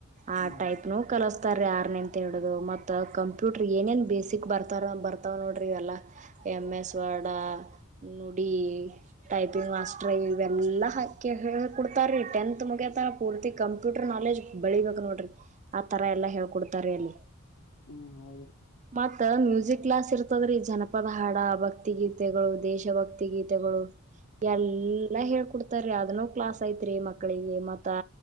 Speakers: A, on the right; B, on the left.
A: ಆ
B: ಹಾ
A: ಟೈಪ್ ಕಲಿಸ್ತಾರೀ ಯಾರನೇ ತೆ ಹಿಡುದು ಮತ್ತು ಕಂಪೂಟರ್ ಏನೇನು ಬೇಸಿಕ್ ಬರ್ತಾರ ಬರ್ತ ತವ ನೋಡ್ರಿ ಇವೆಲ್ಲಾ ಎಮ್ ಎಸ್ ವರ್ಡ್ ನುಡಿ ಟೈಪಿಂಗ್ ಮಾಸ್ ಟ್ರೈವೆಲ್ಲ ಇವೇಲಾ ಕೆ ಕೊಡ್ತಾರೆ ರೀ ಟೆಂತ್ ಮುಗ್ಯತ ಪೂರ್ತಿ ಕಂಪ್ಯೂಟರ್ ನಾಲೆಜ್ ಬೆಳಿಬೇಕು ನೋಡ ರಿ ಆತರ ಎಲ್ಲಾ ಹೇಳ್ಕೊಡ್ತಾರೆ ಅಲ್ಲಿ
B: ಹ್ಮ್ ಹೌದ್ರಿ
A: ಮತ್ತ ಮ್ಯೂಸಿಕ್ ಕ್ಲಾಸ್ ಇರ್ ಂದ್ರೆ ಈ ಜನಪದ ಹಾಡ ಭಕ್ತಿ ಗೀತೆಗಳು ದೇಶಭಕ್ತಿ ಗೀತೆಗಳು ಎಲ್ಲಾ ಎಲ್ಲಾ ಹೇಳ್ಕೊಡ್ತಾರೀ ಅದನೋ ಕ್ಲಾಸ್ ಐತ್ರಿ ಮಕ್ಳಿಗೆ ಮತ್ತ